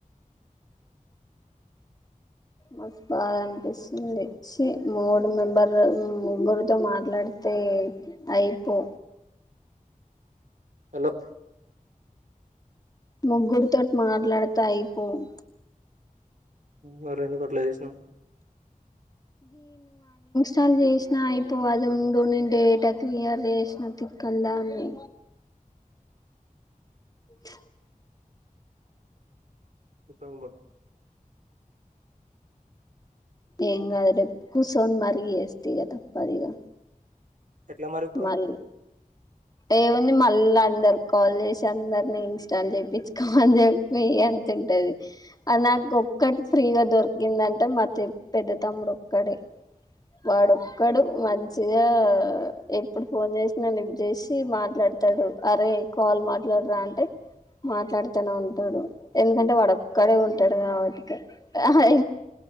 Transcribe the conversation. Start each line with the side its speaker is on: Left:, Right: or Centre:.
Left: మస్తు బాధ అనిపిస్తుంది ఛీ మూడు మెంబర్లు ముగ్గురు. తో మాట్లాడితే. అయిపో
Right: హలో
Left: ముగ్గురు తోటి మాట్లాడితే అయి పోవ్
Right: మరి ఎందుకు అట్లా చేసినావ్.
Left: కాల్ చేసినా అయిపో అది ఉండు నేను డేటా క్లియర్ చేసిన తిక్కల్ దాన్ని. ఛ్
Right: హోంవర్క్.
Left: ఏం కాదులే రేపు కూర్చోని మరి చేస్తా ఇగ తప్పదిగా.
Right: ఎట్లా మరిఇప్పుడు.
Left: మళ్ళీ ఏముంది మళ్ళా అందరు కాల్ చేసి అందరిని ఇన్స్టాల్ చేపించుకోమని చెప్పి ఎంత ఉంటది. నాకు ఒక్కటి ఫ్రీగా దొరికిందంటే మా పెద్ద తమ్ముడు ఒక్కడే. వాడొక్కడు మంచిగా ఎప్పుడు ఫోన్ చేసినా లిఫ్ట్ చేసి మాట్లాడతాడు. అరే కాల్ మాట్లాడరా అంటే మాట్లాడితేనే ఉంటాడు. ఎందుకంటే వాడొక్కడే ఉంటాడు. కాబట్టి ఇక ఆహ్